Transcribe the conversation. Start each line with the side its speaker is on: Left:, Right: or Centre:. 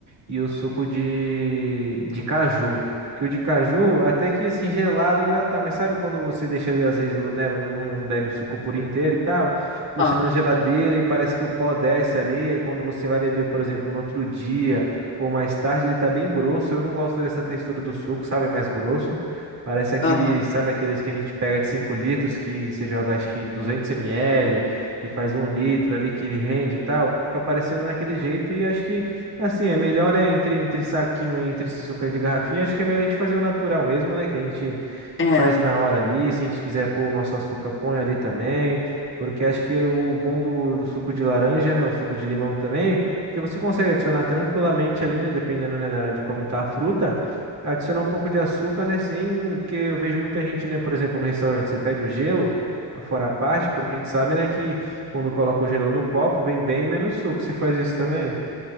Right: e o suco de, de caju. Porque o de caju, até que assim, gelado ainda tá, mas sabe quando você deixa ali, às vezes, né, não bebe o suco por inteiro e tal, deixa
Left: Ah,
Right: na geladeira e parece que o pó desce ali, aí quando você vai beber, por exemplo, no outro dia ou mais tarde, ele tá bem grosso. Eu não gosto dessa textura do suco, sabe? É mais grosso. Parece aqueles,
Left: aham.
Right: sabe aqueles que a gente pega de 5 litros, que você joga acho que duzentos ml e faz um litro ali que ele rende e tal. Fica parecendo naquele jeito e acho que, assim, é melhor, né, entre, entre saquinho e entre esse suco aí de garrafinha, acho que é melhor a gente fazer o natural mesmo, né, que a gente
Left: É.
Right: faz na hora ali. Se a gente quiser pôr o nosso açúcar, põe ali também. Porque acho que é o bom do, do suco de laranja, né, o suco de limão também, que você consegue adicionar tranquilamente ali, né, dependendo, né, da- de como tá a fruta. Adicionar um pouco de açúcar, né? Sem, porque eu vejo muita gente, né? Por exemplo, no restaurante, você pede o gelo, fora a parte, porque a gente sabe, né, que quando coloca o gelo no copo, vem bem menos suco. Você faz isso também?